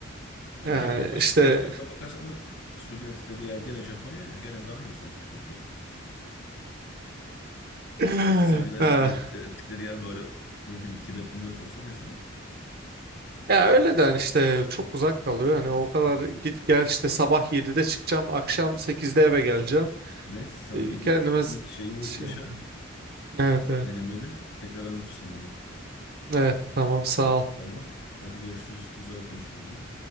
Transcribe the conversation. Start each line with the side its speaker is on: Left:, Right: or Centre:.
Left: Ama
Right: Yani
Left: yani bir başka,
Right: işte
Left: başka açıdan bakarsan da sürgün ettikleri yer gene Japonya ya. Gene daha iyi sanki Türkiye'den.
Right: <laughs>
Left: Ya sürgün ettikleri,
Right: <laughs>
Left: ettikleri yer böyle ne bileyim Tibet Tibet olsa neyse de.
Right: Ya öyle de hani işte çok uzak kalıyor. Hani o kadar git gel işte sabah 7'de çıkacağım, akşam 8'de eve geleceğim.
Left: Neyse sen
Right: E,
Left: bir
Right: Kendime
Left: bu
Right: z-
Left: ilk şeyini
Right: şey
Left: yaşa.
Right: olmuyor. Evet evet.
Left: Denemeni tekrar anlatırsın bana.
Right: Evet tamam sağ ol.
Left: Tamam. Hadi görüşürüz. Güzel bir konuşmaydı gene.